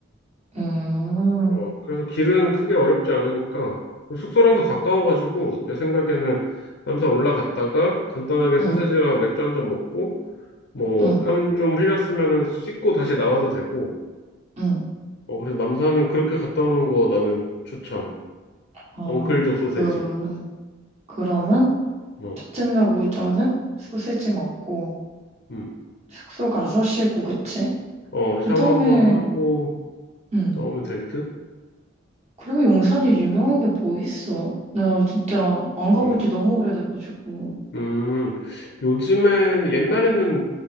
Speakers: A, on the right; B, on the left.
A: 음,
B: 어, 그래서 길은 크게 어렵지 않으니까 그리고 숙소랑도 가까워가지고 내 생각에는 남산 올라갔다가 간단하게 소세지랑
A: 응,
B: 맥주 한 잔 먹고 뭐
A: 응,
B: 땀 좀 흘렸으면은 씻고 다시 나와도 되고
A: 응.
B: 어 그래서 남산은 그렇게 갔다 오는 거 나는 추천
A: 어,
B: 엉클조 소세지
A: 그래. 그러면
B: 어,
A: 첫째 날 오전은 소세지 먹고
B: 음.
A: 숙소 가서 쉬고, 그치?
B: 어 샤워
A: 그 다음에,
B: 한번 하고
A: 응.
B: 나오면 될 듯?
A: 그리고 용산에 유명한 게 뭐 있어? 나 진짜 안 가본
B: 음.
A: 지 너무 오래돼가지고.
B: 음 요즘에는 옛날에는